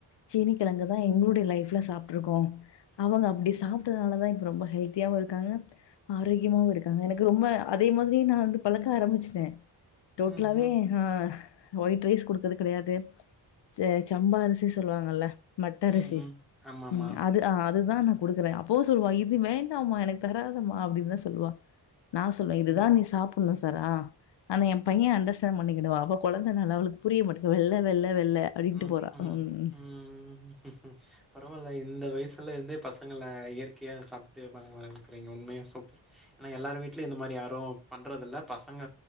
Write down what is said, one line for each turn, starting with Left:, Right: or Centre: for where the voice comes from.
Left: சீனி கிழங்கு தா எங்களுடைய லைஃப்ல சாப்ட்டுருக்கோ அவங்க அப்டி சாப்பிட்டதுனாலதா இப்ப ரொம்ப ஹெல்த்தியாவூ இருக்காங்க ஆரோக்கியமாவு இருக்காங்க எனக்கு ரொம்ப அதே மாதிரி நா வந்து பழக்க ஆரம்பிச்சட்டே டோட்லாவே
Centre: ம்ஹ்ம்.
Left: ஆ ஒயிட் ரைஸ் குடுக்குற கடையாது செ சம்பா அரிசி சொல்லுவாங்கல்ல மட்ட
Centre: ம்ஹ்ம்.
Left: அரிசி
Centre: ஆமாமா.
Left: ம் அது ஆ அதுதா ந குடுக்குறே அப்பவு சொல்லுவா இது வேண்டாம்மா எனக்கு தராதம்மா அப்டின் தா சொல்லுவா நா சொல்வே
Centre: ம்.
Left: இதுதா நீ சாப் புன்னு சொரா ஆனா எ பைய அண்டர்ஸ்டாண்ட் பண்ணிக்கடுவா அவ கொழந்தனால அவளுக்கு புரிய மாட்டுது வெள்ள வெள்ள வெள்ள அப்படின்ட்டு
Centre: ஆம்
Left: போறா.
Centre: ஆ
Left: ம்.
Centre: ம் பரவால்ல இந்த வயசுல இருந்தே பசங்கள இயற்கையா சாப்ட்டு <unintelligible> வளக்கிறீங்க உண்மையா சூப்பர் ஏனா எல்லாரு வீட்லயு இந்த மாரி யாரோ பண்றது இல்ல பசங்க